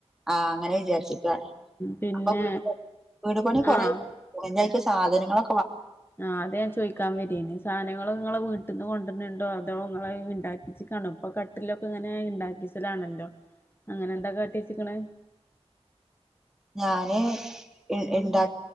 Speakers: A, in the centre; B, on the left.
A: ആ അങ്ങനെ വിചാരിച്ചിട്ടാ
B: പിന്നെ
A: അപ്പൊ വീട് പണി വീട് പണി കുറെ
B: ആഹ്
A: <inaudible> ഇഞ്ഞയിക്ക് സാധനങ്ങളൊ
B: ആഹ് അത് ഞാൻ ചോയിക്കാ വരേനി സാധനങ്ങള് ഇങ്ങളെ വി ട്ട്ന്ന് കൊണ്ടര്ന്ണ്ടോ അതോ ഇങ്ങള് ഇണ്ടാക്കിച്ചക്കാണോ ഇപ്പൊ കട്ടിലൊക്കെങ്ങനെ ഇണ്ടാക്കിച്ചലാണല്ലോ അങ്ങനെന്താ കാട്ടിച്ച്ക്ക്ണേ
A: ഞാന് ഇ
B: ഉം
A: ഇണ്ടാ